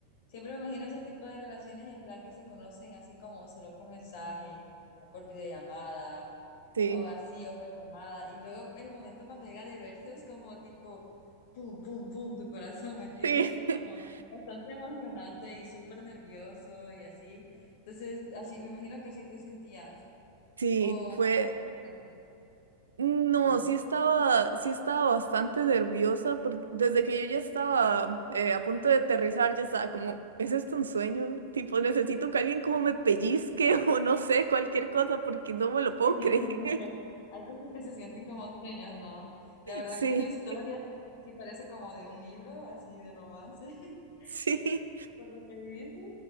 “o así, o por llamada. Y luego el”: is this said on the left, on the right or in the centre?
Left